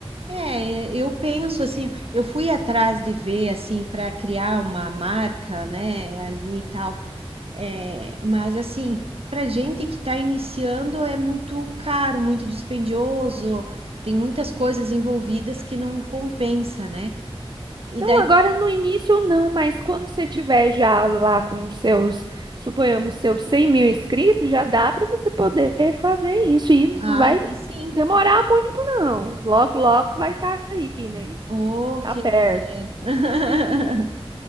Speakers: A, on the right (about 70°); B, on the right (about 45°).
A: É, eu penso assim, eu fui atrás de ver assim para criar uma marca, né, ali e tal. É, mas assim, para gente que está iniciando é muito caro, muito dispendioso, tem muitas coisas envolvidas que não compensa, né? E
B: Não,
A: daí,
B: agora no início não, mas quando você tiver já lá com seus, suponhamos, seus cem mil inscritos, já dá para você poder fazer isso. E
A: ah,
B: não vai
A: daí sim.
B: demorar muito, não. Logo, logo vai estar aí, né?
A: Oh,
B: Tá
A: que
B: perto.
A: ideia. <laughs>